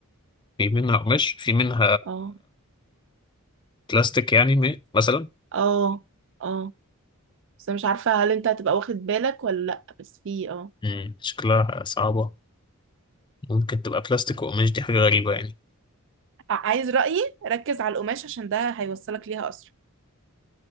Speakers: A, on the left; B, on the right.
A: في منها قماش في منها
B: اه
A: بلاستيك يعني م- مثلا
B: اه اه بس انا مش عارفة هل انت هتبقى واخد بالك ولا لأ بس في اه
A: مم، شكلها صعبه ممكن تبقى بلاستيك وقماش دي حاجه غريبه يعني
B: ع- عايز رأيي ركز على القماش عشان ده هيوصلك ليها أسرع